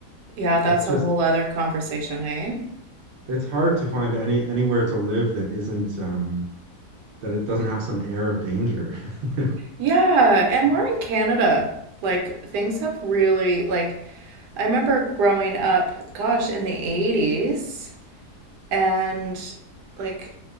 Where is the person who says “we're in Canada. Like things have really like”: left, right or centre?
Right